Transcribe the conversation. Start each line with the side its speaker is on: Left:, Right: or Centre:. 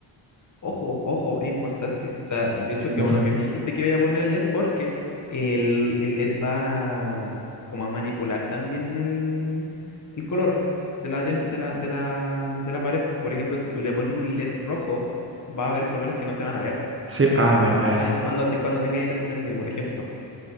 Left: Ojo, ojo, es importante. O sea, de hecho,
Right: ¿Qué
Left: que
Right: cosa?
Left: bueno que me dijiste que voy a poner el LED porque el, el LED va como a manipular también el, el color de la, tem- de la, de la, de la pared. Por ejemplo, si tú le pones un LED rojo, va a haber colores que no se van a ver,
Right: Sí, ah, verdad,
Left: ¿cachai?
Right: eso.
Left: Cuando, te, cuando tengáis el LED prendido, por ejemplo.